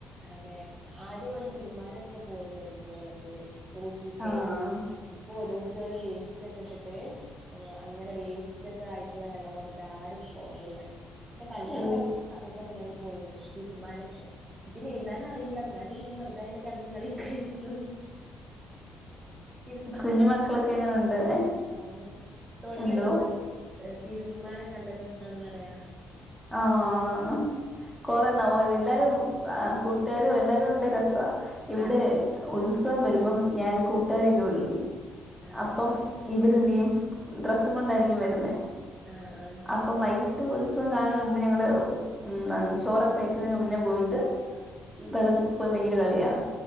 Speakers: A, on the right; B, in the centre.
A: അതെ ആദ്യം ഇവിടെ തീരുമാനമൊക്കെ പോവലണ്ടായിരുന്നു വെള്ളത്തില് തോട്ടിക്കെ.
B: ആഹ്
A: ഇപ്പൊ ഓരോരുത്തര് ഓരോ വേസ്റ്റക്കെ ഇട്ടിട്ട് ഓഹ് അങ്ങനെ വേസ്റ്റ് ഒക്കെ ആയിട്ടുള്ള വെള്ളം വന്ന്ട്ട് ആരും പോവല്ല. ഇന്റെ കല്യാണം
B: ഓ
A: കഴിക്ക്ണ സമയത്തൊക്കെ ഞങ്ങൾ പോയിരുന്ന്. തിര്മ്പാനൊക്കെ ഇക്കി നീന്താനറിയൂല ന്നാലും ഞാൻ വെറുതെ അയില് കെടന്ന് കളി കിര്ന്നോ? ഇര്ന്ന
B: കുഞ്ഞു
A: <unintelligible>
B: മക്കളൊക്കെ എങ്ങനുണ്ട് എന്തോ
A: ഏഹ് തിരുമ്പാനക്കെ നല്ല രസാണന്നറിയാ.
B: ആഹ് ആന്നന്ന് കൊറെ ന <unintelligible> എല്ലാരും ആഹ് കൂട്ടാരു എല്ലാരും ഉണ്ടെ രസ ഇവടെ
A: അതെ അതെ
B: ഉത്സവം
A: ഉം
B: വരുമ്പം ഞാൻ കൂട്ടാരെക്കെ വിളിക്കും
A: ആണോ
B: അപ്പം ഇവരെന്തയ്യും ഡ്രസ്സും കൊണ്ടായിരിക്കും വരുന്നെ.
A: ആഹ് ആഹ്
B: ഇപ്പം വൈകിട്ട് ഉത്സവം കാണുന്നേന് മുമ്പ് ഞങ്ങള് ഉം ന്ന ചോറൊക്കെ കഴിക്കുന്നേന് മുന്നേ പോയിട്ട്
A: ഉം
B: വെള്ളത്തി
A: ഉം
B: പോയി ഭയങ്കര കളിയാ